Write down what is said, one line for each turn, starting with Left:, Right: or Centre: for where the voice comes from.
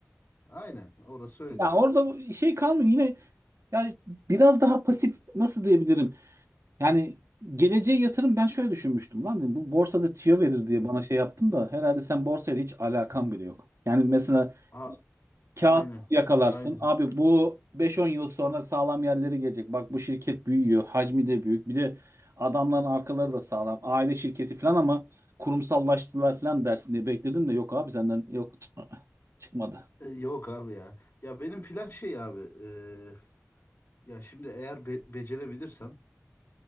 Left: Aynen orası öyle.
Right: Ya orada şey kalmıyor yine yani biraz daha pasif nasıl diyebilirim? Yani geleceğe yatırım ben şöyle düşünmüştüm lan dedim, bu borsada tüyo verir diye
Left: Hı hı.
Right: bana şey yaptım da herhalde sen borsayla hiç alakan bile yok. Yani mesela
Left: A,
Right: kağıt
Left: aynen.
Right: yakalarsın
Left: Aynen.
Right: abi bu 5-10 yıl sonra sağlam yerlere gelecek. Bak bu şirket büyüyor, hacmi de büyük. Bir de adamların arkaları da sağlam. Aile şirketi falan ama kurumsallaştılar falan dersin diye bekledim de yok abi senden yok <laughs> <tsk> çıkmadı.
Left: E, Yok abi ya. Ya benim plan şey abi. e, ya şimdi eğer be- becerebilirsem